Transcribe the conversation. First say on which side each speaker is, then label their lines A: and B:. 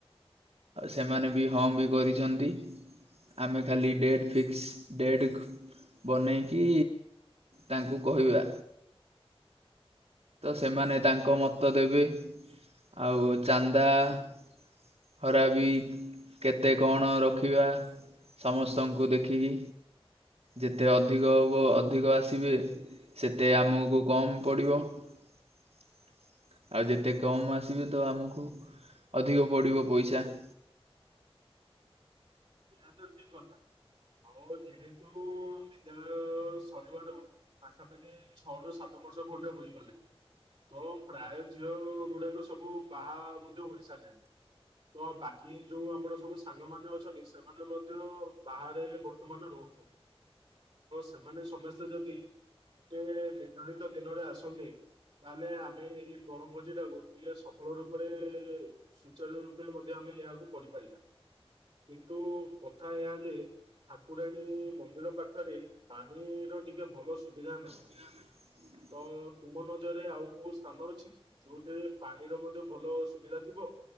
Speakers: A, on the right (about 75°); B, on the right (about 45°).
A: ସେମାନେ ବି ହଁ ବି କରିଚନ୍ତି। ଆମେ ଖାଲି ଡେଟ୍ ଫିକ୍ସ୍ ଡେଟ୍ ବନେଇକି ତାଙ୍କୁ କହିବା। ସେମାନେ ତାଙ୍କ ମତ ଦେବେ ଆଉ ଚାନ୍ଦା <unintelligible> ବି କେତେ କଣ ରଖିବା। ସମସ୍ତଙ୍କୁ ଦେଖିକି। ଯେତେ ଅଧିକ ହେବ ଅଧିକ ଆସିବେ ସେତେ ଆମକୁ କମ୍ ପଡ଼ିବ। <inaudible> ଆଉ ଯେତେ କମ୍ ଆସିବେ ତ ଆମକୁ ଅଧିକ ପଡ଼ିବ ପଇସା। <inaudible>
B: ଏହା ତ ଠିକ୍ କଥା। ଆଉ ଯେହେତୁ ବିଦ୍ୟାଳୟ ସରିବାର ପାଖାପାଖି ଛଅ ରୁ ସାତ ବର୍ଷ ଖଣ୍ଡେ ହୋଇଗଲାଣି ତ ପ୍ରାୟ ଝିଅ ଗୁଡ଼ାକ ସବୁ ବାହା ମଧ୍ୟ ହୋଇସାରିଲେଣି ତ ବାକି ଯୋଉ ଆମର ସବୁ ସାଙ୍ଗ ମା ଅଛନ୍ତି ସେମାନେ ମଧ୍ୟ ବାହାରେ ବର୍ତ୍ତମାନ ରହୁ ତ ସେମାନେ ସମସ୍ତେ ଯଦି ଗୋଟେ ନିର୍ଦ୍ଧାରିତ ଦିନରେ ଆସନ୍ତେ। ତାହେଲେ ଆମେ ଏଇ ବଣଭୋଜି ଟାକୁ ଟିକେ ସଫଳ ରୂପରେ ସୁଚାରୁ ରୂପରେ ମଧ୍ୟ ଆ ଆମେ ଏହାକୁ କରିପାରିବା। କିନ୍ତୁ କଥା ଏହା ଯେ ଠାକୁରାଣୀ ମନ୍ଦିର ପାଖରେ ପାଣିର ଟିକେ ଭଲ ସୁବିଧା ନାହିଁ।
A: <unintelligible>
B: ତ ତୁମ ନଜରରେ ଆଉ କୋଉ ସ୍ଥାନ ଅଛି କି ଯୋଉଠାରେ ପାଣିର ମଧ୍ୟ ଭଲ ସୁବିଧା ଥିବ।